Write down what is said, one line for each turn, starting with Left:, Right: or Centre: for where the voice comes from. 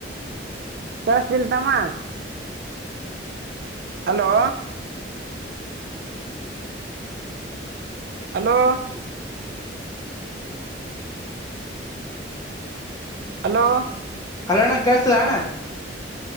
Right: ಕೇಳ್ಸತಿಲ ತಮ್ಮ ಹಲೋ ಹಲೋ ಹಲೋ
Left: ಹಲೋ ಅಣ್ಣ ಕೆಸದಣ್ಣ